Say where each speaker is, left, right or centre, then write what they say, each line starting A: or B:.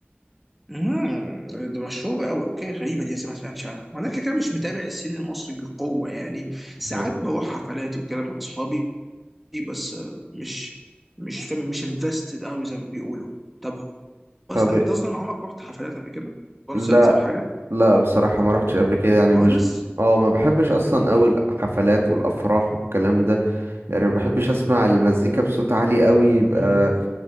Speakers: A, in the centre; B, on the right.
A: امم دي مشهورة قوي أوكي غريبة دي زي ما سمعتش عنها وأنا كده كده مش متابع السين المصري بقوة يعني ساعات
B: مم.
A: بروح حفلات وكده مع أصحابي بس آه، مش مش فاهم مش انفستد قوي زي ما بيقولوا طب أصلا
B: طب
A: أنت أصلا عمرك رحت حفلات قبل كده؟ كونسرتس
B: لا
A: أو حاجة؟
B: لا بصراحة ما رحتش قبل كده يعني
A: خالص؟
B: مش اه ما بحبش أصلا أوي الحفلات والأفراح والكلام ده يعني ما بحبش اسمع المزيكا بصوت عالي قوي يبقى
A: امم